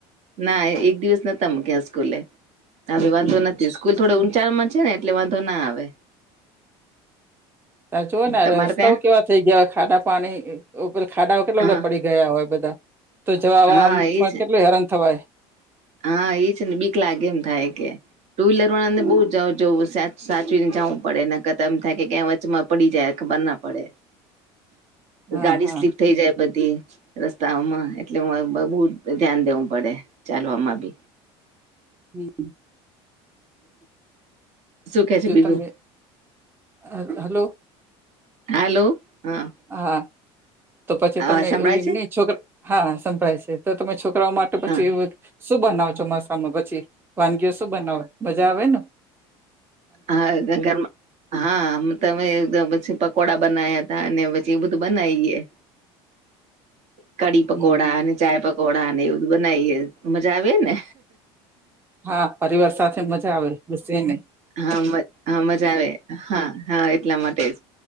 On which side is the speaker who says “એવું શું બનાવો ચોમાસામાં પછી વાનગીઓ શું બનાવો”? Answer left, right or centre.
Right